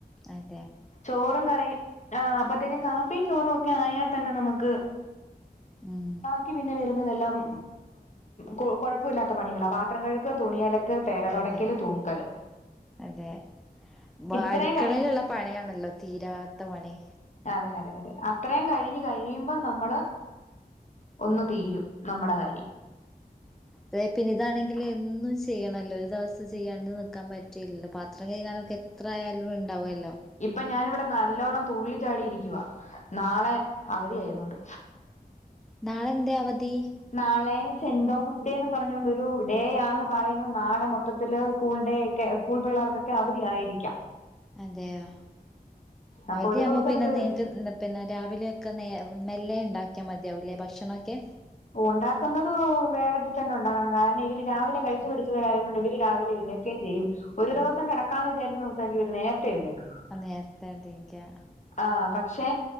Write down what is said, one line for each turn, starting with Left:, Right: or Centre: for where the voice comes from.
Centre: അതെയ
Left: ചോറും കറിം ആ അപ്പത്തേക്കും കാപ്പിയും ചോറും ഒക്കെ ആയാൽ തന്നെ നമുക്ക്
Centre: ഉം
Left: ക്കി പിന്നെ വരുന്നതെല്ലാം കു കുഴപ്പല്ലാത്ത പണികളാ പാത്രം കഴുക തുണി അല ക്ക പെര തൊടക്കല്
Centre: അതെ
Left: തൂക്കല്
Centre: അതെ വാ
Left: ഇത്രയും
Centre: അടുക്കളയിലുള്ള
Left: കഴി
Centre: പണിയാണല്ലോ തീരാത്ത പണി
Left: അതെ അതെ അതെ അത്രയും കഴിഞ്ഞ് കഴി <unintelligible> ബം നമ്മള് ഒന്ന് തീരും നമ്മുടെ കാര്യം.
Centre: തെ പിന്നെ ഇതാണെങ്കിൽ എന്നും ചെയ്യണല്ലോ ഒരു ദിവസം ചെയ്യാണ്ട് നിക്കാൻ പറ്റി ല്ലല്ലോ പാത്രം കഴുകാനൊക്കെ എത്രായാലും ഉണ്ടാവുല്ലോ
Left: ഇപ്പൊ ഞാനിവിടെ നല്ലോണ്ണം തുള്ളി ചാടി ഇരിക്കുവാ നാളെ അവധി ആയതുകൊണ്ട്
Centre: നാളെന്തേ അവധി
Left: നാളെ <unintelligible> തോമസ് ഡേന്നും പറഞ്ഞൊണ്ട് ഒരു ഡേ ആന്ന് പറയുന്നു നാട് മൊത്തത്തില് സ്കൂൾടെ ഒക്കെ സ്കൂൾ പിള്ളേർക്കൊക്കെ അവധിയയിരിക്കാം
Centre: അതെയോ
Left: അപ്പൊ
Centre: അവധി
Left: ഒരു
Centre: ആകുമ്പോ
Left: ദിവസം
Centre: പിന്നെ
Left: എങ്കിൽ
Centre: നിക്ക്
Left: ഒരു ദിവസം
Centre: <unintelligible> പിന്നെ രാവിലെയൊക്കെ നേ മെല്ല ഉണ്ടാക്കിയാൽ മതിയാവുംല്ലേ ഭക്ഷണം ഒക്കെ
Left: ഉണ്ടാക്കുന്നതോ വേഗത്തിൽ തന്നെ ഉണ്ടാക്കണം കാരണം ഇവര് രാവിലെ കഴിച്ചു പിടിച്ചവരായതുകൊണ്ട് ഇവര് രാവിലെ എഴുന്നേ ക്കെ ചെയ്യും ഒരു ദിവസം
Centre: അതെ
Left: കെടക്കാന്ന് വിചാരിക്കുന്ന ദിവസായിരിക്കും ഇവര് നേരത്തെ എഴുന്നേക്കുന്നത്
Centre: ആഹ് നേരത്തെ കണ്ടിരിക്ക
Left: ആഹ് പക്ഷേ